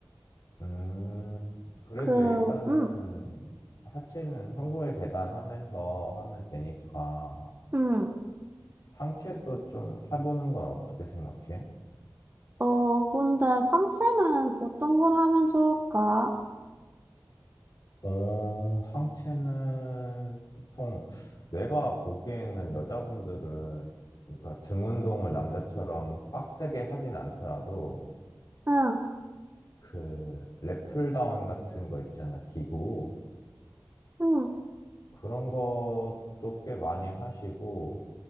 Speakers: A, on the left; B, on the right.
A: 음, 그래도
B: 그,
A: 일단은
B: 음,
A: 하체는 한국의 계단 하면서 하면 되니까
B: 음.
A: 상체도 좀 해보는 건 어떻게 생각해?
B: 어, 근데 상체는 어떤 걸 하면 좋을까?
A: 어, 상체는 보통 내가 보기에는 여자분들은 그러니까 등 운동을 남자처럼 빡세게 하진 않더라도
B: 응,
A: 그 랩풀다운 같은 거 있잖아, 기구.
B: 응.
A: 그런 것도 꽤 많이 하시고,